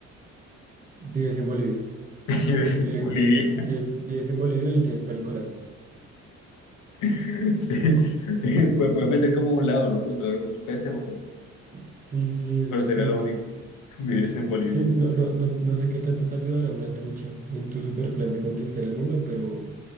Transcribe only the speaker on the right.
Vives en Bolivia
y
le
tienes, vives, vives en Bolivia y le tienes pánico al agua.
Sí, sí,
sí.
Sí, no, no, no, no sé qué tanto te ayudará una trucha en tu super plan de conquistar el mundo, pero,